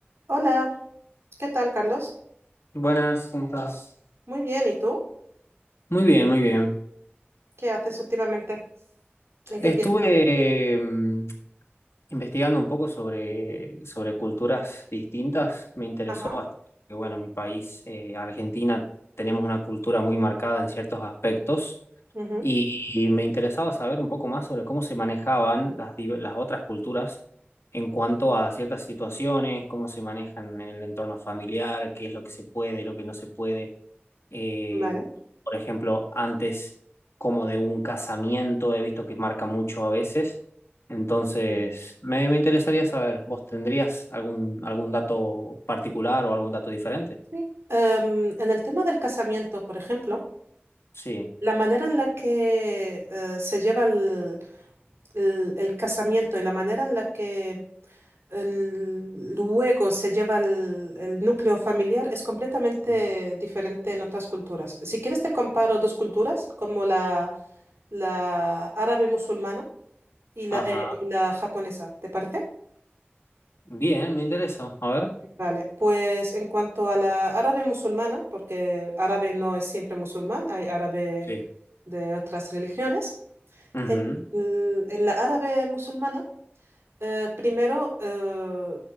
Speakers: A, on the right; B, on the left.
A: Hola, ¿qué tal, Carlos?
B: Buenas, ¿cómo estás?
A: Muy bien, ¿y tú?
B: Muy bien, muy bien.
A: ¿Qué haces últimamente? ¿En
B: Estuve
A: qué piensas?
B: mm, investigando un poco sobre, sobre culturas distintas. Me interesó
A: Ajá,
B: bastante, que bueno, mi país, eh, Argentina, tenemos una cultura muy marcada en ciertos aspectos
A: ujú,
B: y, y me interesaba saber un poco más sobre cómo se manejaban las, div- las otras culturas en cuanto a ciertas situaciones, cómo se manejan en el entorno familiar, qué es lo que se puede y lo que no se puede. eh,
A: Vale.
B: por ejemplo, antes como de un casamiento, he visto que marca mucho a veces. Entonces,
A: Sí.
B: me, me interesaría saber, ¿vos tendrías algún, algún dato particular o algún dato diferente?
A: Sí. Em, en el tema del casamiento, por ejemplo,
B: Sí.
A: la manera en la que eh, se lleva el, el- el casamiento y la manera en la que el- luego se lleva el, el núcleo familiar es completamente
B: Sí,
A: diferente en otras culturas. Si quieres, te comparo dos culturas, como la, la árabe musulmana y la,
B: Ajá.
A: eh, y la japonesa, ¿te parece?
B: Bien, me interesa. A ver.
A: Vale, pues en cuanto a la árabe musulmana, porque árabe no es siempre musulmán, hay árabe
B: sí.
A: de otras religiones,
B: Ujú,
A: en, el- en la árabe musulmana, eh, primero eh,